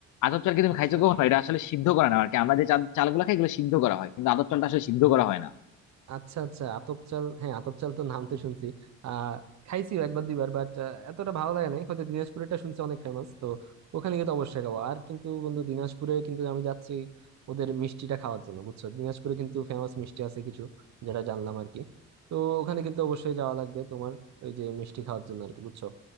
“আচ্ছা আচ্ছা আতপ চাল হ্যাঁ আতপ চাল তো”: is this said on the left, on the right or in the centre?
Right